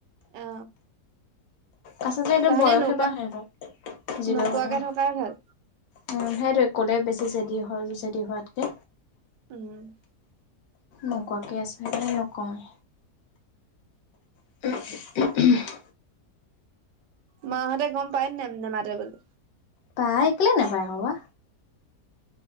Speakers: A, on the right; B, on the left.
A: অ
B: আচলতে এইটো
A: তাহানি
B: বয়সে
A: নোকোৱা
B: বাও সিহঁত যি
A: নোকোৱাকে
B: কৰে কৰি থাকক
A: থকাই ভাল
B: উম সেইটোৱে ক'লে বেছি জেদি হয় জেদি হোৱাতকে
A: উম
B: নোকোৱাকে আছে নকয় <unintelligible>
A: মাহঁতে গম পায় নে নেমাতে বুলি
B: পাই কেলে নাপায় আকৌ বা